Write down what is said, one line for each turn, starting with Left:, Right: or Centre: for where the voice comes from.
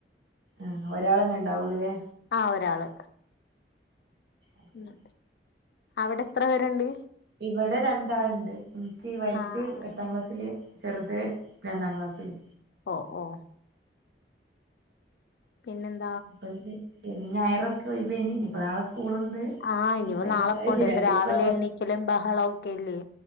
Right: ആഹ് ഒരാളന്നെ ഇണ്ടാവുള്ളുല്ലെ
Left: ആഹ് ഒരാള്
Right: അയ്ശരി
Left: ഉം അവിടെത്ര പേര്ണ്ട്
Right: ഇവടെ രണ്ടാള്ണ്ട് നിക്ക് വല്ത്
Left: ആഹ്
Right: എട്ടാംക്ലാസ്സില് ചെറുത് രണ്ടാം ക്ലാസ്സില്
Left: ഓ ഓ പിന്നെന്ത
Right: ഇപ്പത് ശനീം ഞായൊറൊക്കെ ഒയിവായിനി ഇനിപ്പ നാളെ സ്കൂളുണ്ട്
Left: ആഹ് ഇനിപ്പൊ
Right: ഇപ്പ അയിന്റെ
Left: നാളെ പോണ്ടെ ഇപ്പൊ
Right: രണ്ടീസം
Left: രാവിലെ എണ്ണീക്കലും ബഹളം ഒക്കെല്ലേ